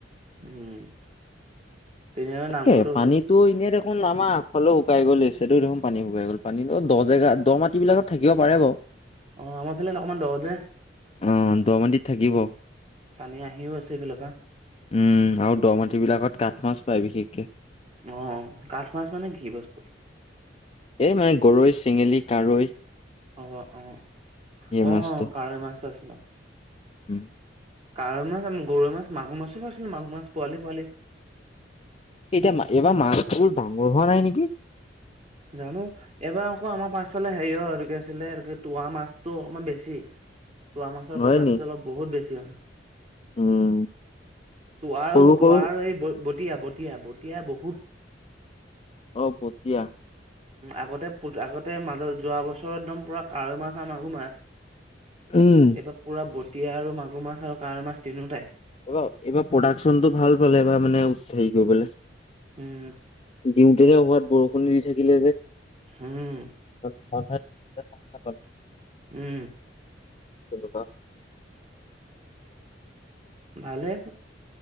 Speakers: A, on the right; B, on the left.
A: উম তিনিআলিৰ
B: তাকে
A: নামঘৰটোৰ
B: পানীতো
A: ওচৰত
B: এনেই দেখোন আমাৰ আগফালে শুকাই গ'ল চোন। পানী শুকাই গ'ল পানীতো দহ জেগা দ মাটিব বিলাকত থাকিব পাৰে বাৰু
A: অ আমাৰ ফালে অকমান দ যে।
B: অ দহ মাটিত থাকিব
A: পানী আহিও আছে এইফালৰ পৰা
B: উম আৰু দ মাটি বিলাকত কাঠ মাছ পায় বিশেষকে
A: আহ কাঠ মাছ মানে কি বস্তু?
B: এই মানে গৰৈ, চেঙেলী, কাৱৈ।
A: অ আহ আহ
B: মাছটো
A: কাৱৈ মাছটো পাইছিলোঁ।
B: উম
A: কাৱৈ মাছ আমাৰ গৰৈ মাছ মাগুৰ মাছো আছিলে মাগুৰ মাছ পোৱালি পোৱালি।
B: এতিয়া এইবাৰ মাছবোৰ ডাঙৰ হোৱা নাই নেকি?
A: জানো এইবাৰ আকৌ আমাৰ পাছফালে হেৰিয় আৰু কি আছিলে আৰু তোৱা মাছটো অকণমান বেছি। তোৱা মাছৰ
B: হয়
A: প্ৰজাতিটো
B: নি
A: অলপ বহুত বেছি হয়
B: উম
A: তুৱা
B: সৰু
A: আৰু
B: সৰু
A: তুৱা আৰু ব ব বটীয়া বটীয়া বটীয়া বহুত
B: অ বটীয়া।
A: আগতে আগতে মাজত যোৱা বছৰত একদম পূৰা কাৱৈ মাছ আৰু মাগুৰ মাছ-
B: উম
A: এইবাৰ পুৰা বটিয়া আৰু মাগুৰ মাছ আৰু কাঁৱৈ মাছ তিনওটাই-
B: এইবাৰ এইবাৰ প্ৰডাকশ্যনটো ভাল পালে এবাৰ মানে হেৰী কৰিবলে।
A: উম
B: দিওঁতেনে ক'ৰবাত বৰষুণ দি থাকিলে যে
A: হম
B: <unintelligible>
A: উম
B: তেনোকা
A: ভালেই